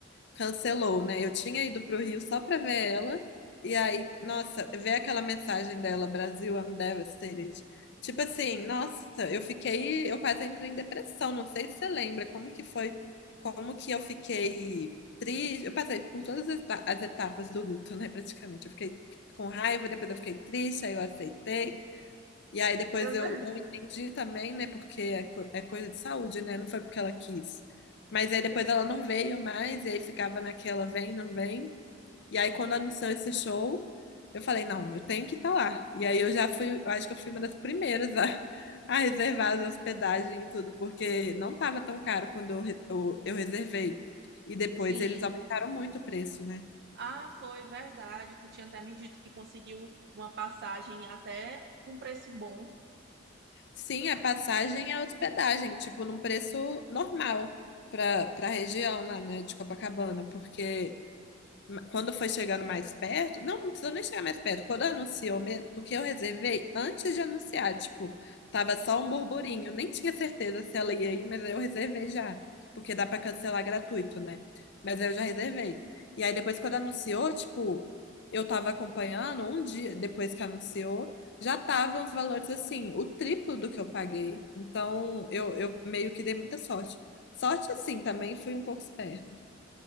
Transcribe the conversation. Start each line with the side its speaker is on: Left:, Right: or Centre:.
Left: cancelou, né? Eu tinha ido para o Rio só para ver ela, e aí, nossa, ver aquela mensagem dela, Brasil, I'm devastated. Tipo assim, nossa, eu fiquei, eu quase entrei em depressão, não sei se você lembra como que foi, como que eu fiquei triste, eu passei por todas as eta- as etapas do luto, né, praticamente. Eu fiquei com raiva, depois eu fiquei triste, aí eu aceitei, e aí depois
Right: Meu
Left: eu,
Right: Deus.
Left: eu entendi também, né? Porque é, co- é coisa de saúde, né? Não foi porque ela quis. Mas aí depois ela não veio mais, e aí ficava naquela vem, não vem. E aí quando anunciou esse show, eu falei, não, eu tenho que estar lá. E aí eu já fui, eu acho que eu fui uma das primeiras a, <laughs> a reservar as hospedagem e tudo, porque não estava tão caro quando eu, re- eu, eu reservei. E depois
Right: Sim.
Left: eles aumentaram muito o preço, né?
Right: Ah, foi verdade. Tu tinha até me dito que conseguiu uma passagem até um preço bom.
Left: Sim, a passagem e a hospedagem, tipo, num preço normal para para a região lá, né, de Copacabana, porque ma- quando foi chegando mais perto, não, não precisou nem chegar mais perto, quando anunciou mesmo, porque eu reservei antes de anunciar, tipo, tava só um burburinho, nem tinha certeza se ela ia ir, mas eu reservei já, porque dá pra cancelar gratuito, né? Mas eu já reservei. E aí depois quando anunciou, tipo, eu tava acompanhando um dia depois que anunciou, já estavam os valores assim, o triplo do que eu paguei. Então, eu, eu meio que dei muita sorte. Sorte, assim, também fui um pouco esperta.